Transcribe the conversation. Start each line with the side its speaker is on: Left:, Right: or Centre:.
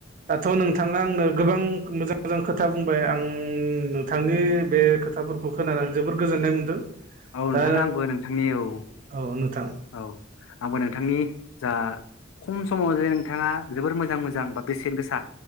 Right: दाथ' नोंथाङा आंनो गोबां मोजां मोजां खोथा बुंबाय आं थांनि बे खोथाफोरखौ खोनानानैं जोबोर गोजोननाय मोनदों।
Left: औ नोंथां
Right: दा
Left: आंबो नोंथांनि औ।
Right: औ नोंथां।
Left: औ आंबो नोंथांनि जा खम समाव ज नोंथाङा जोबोर मोजां मोजां बा बेसेन गोसा